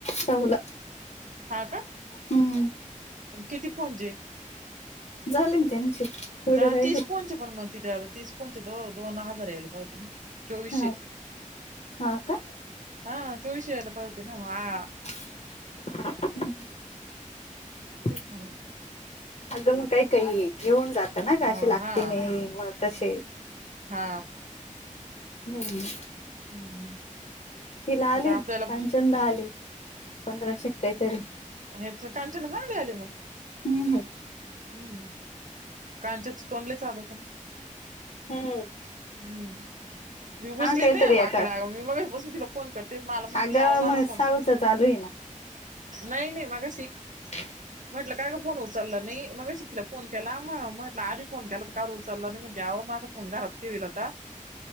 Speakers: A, on the left; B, on the right.
A: साहूला
B: हा का.
A: हम्म
B: किती फोनचे?
A: झाले ना त्यांचे थोडे
B: धा
A: राहिले
B: तीस फोनचे पण म तिथे आता तीस फोनचे दो दोन हजार यायला पाहिजे होते ना. चोवीशे
A: हा हा का
B: हा चोवीशे यायला पायजे होत ना म आं
A: <unintelligible>
B: तेच नं मग
A: अजून काय? काही घेऊन जात ना
B: अ
A: गं असे लागते‌
B: हा
A: नाही मग कसे
B: हा
A: हम्म.
B: हम्म हम्म.
A: तिला आले
B: आता
A: ना
B: आपल्याला
A: कांचन दा आले पंधराशे क काय तरी
B: ह्याच कांचन ला चांगले आले मग
A: हम्म.
B: हम्म कांचनचं तोंड लय चालवत न
A: हूं
B: हम्म ती उचलीत
A: काहीतरी
B: नाय ना
A: एका
B: माकडा आहो मी मगास पासून तिला फोन करते माला म्हणती
A: अगं
B: आओ माझ
A: मग
B: फोन
A: साऊच चालू आहे ना.
B: नाई नाई मगाशी
A: <unintelligible>
B: म्हटलं का गं फोन उचलला नही मगाशी तिला फोन केला म म्हटलं आधी फोन केला त कां रू उचलंला नाही म्हणते आहो माझं फोन घरात ठेवीला होता.